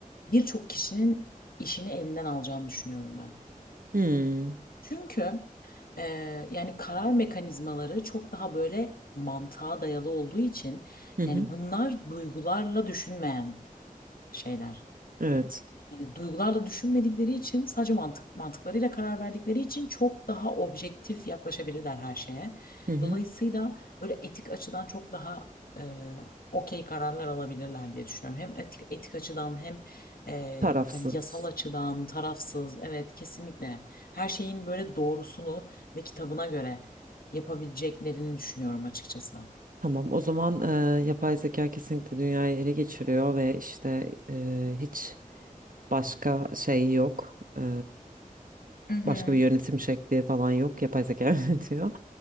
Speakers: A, on the left; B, on the right.
A: birçok kişinin işini elinden alacağını düşünüyorum ben.
B: Hmm,
A: Çünkü e, yani karar mekanizmaları çok daha böyle mantığa dayalı olduğu için
B: Hı hı.
A: yani bunlar duygularla düşünmeyen şeyler.
B: Evet.
A: Yani duygularla düşünmedikleri için sadece mantık mantıklarıyla karar verdikleri için çok daha objektif yaklaşabilirler her şeye.
B: Hı hı.
A: Dolayısıyla böyle etik açıdan çok daha e, okey kararlar alabilirler diye düşünüyorum. Hem etik, etik açıdan hem e,
B: Tarafsız.
A: hani yasal açıdan tarafsız. Evet kesinlikle her şeyin böyle doğrusunu ve kitabına göre yapabileceklerini düşünüyorum açıkçası.
B: Tamam, o zaman e, yapay zeka kesinlikle dünyayı ele geçiriyor ve işte e, hiç başka şey yok. E,
A: Mhm.
B: başka bir yönetim şekli falan yok. Yapay zeka <laughs> yönetiyor.